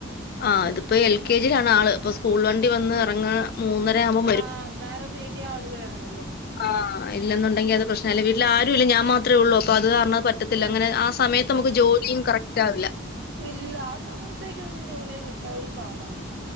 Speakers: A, on the left; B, on the right.
A: ആഹ് ഇത്പ്പോ എൽ കെ ജിയിലാണ് ആള് ഇപ്പ സ്കൂൾ വണ്ടി വന്ന് ഇറങ്ങാ മൂന്നര ആകു
B: ആഹ് അന്നേരം വീട്ടി ആള് വേണോല്ലോ.
A: ആഹ് ഇല്ലെന്നുണ്ടെങ്കിൽ അത് പ്രശ്നല്ലെ വീട്ടിൽ ആരും ഇല്ല ഞാൻ മാത്രേ ഒള്ളൂ അപ്പ അത് കാരണം. പറ്റത്തില്ല ഇങ്ങനെ ആസ് സമയത്ത്
B: പറ്റും
A: നമുക്ക് ജോലിയും കറക്റ്റ് ആവില്ല.
B: ഇല്ല ആ സമയത്തൊക്കെഒന്നും ജോലി കിട്ടാനും പാടാണ്